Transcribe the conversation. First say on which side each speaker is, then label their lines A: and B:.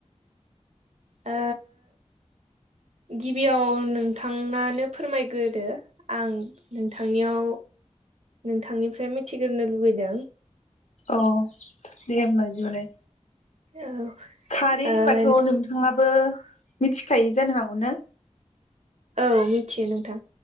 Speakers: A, on the right; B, on the left.
A: ओ गिबियाव नोंथां आनो फोरमायग्रोदो। आं नोंथांनियाव नोंथांनिफ्राय मिथिग्रोनो लुुबैदों।
B: औ दे होबा बिदिबालाय
A: औ
B: खारै
A: ओ
B: होनबाथ' नों नोंङाबो मिथिखायो जानो हागौना?
A: औ मिथियो नोंथां।